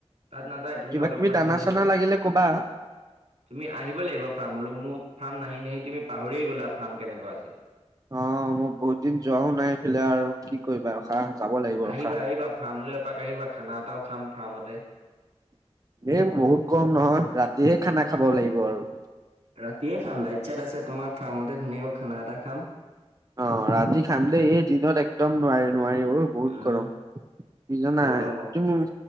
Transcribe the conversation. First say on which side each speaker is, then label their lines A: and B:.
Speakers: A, on the right; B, on the right.
A: তাত নাযায় তুমি
B: কিবা
A: অলপমান
B: কিবি দানা
A: ইনভেষ্ট
B: চানা
A: কৰি
B: লাগিলে ক'বা।
A: তুমি আহিব লাগিব ফাৰ্মলৈ মোৰ ফাৰ্ম নাহি নাহি তুমি পাহৰিয়ে গ'লা আৰু ফাৰ্ম কেনেকুৱা আছিল।
B: অ', মই বহুত দিন যোৱাও নাই এইফালে আৰু কি কৰিবা ৰখা
A: অ
B: যাব লাগিব
A: আহিবা
B: ৰখা।
A: আহিবা ফাৰ্মলৈ এপাক আহিবা খানা এটাও খাম ফাৰ্মতে।
B: এই বহুত কম নহয় ৰাতিহে খানা খাব লাগিব আৰু।
A: ৰাতিয়ে খাম লাইট চাইট আছে তোমাৰ ফাৰ্মতে ধুনীয়াকৈ খানা এটা খাম।
B: অ্ ৰাতি খাম দেই এই দিনত একদম নোৱাৰি নোৱাৰি অ' বহুত
A: উম
B: গৰম। কি জানা
A: গৰমত।
B: তুম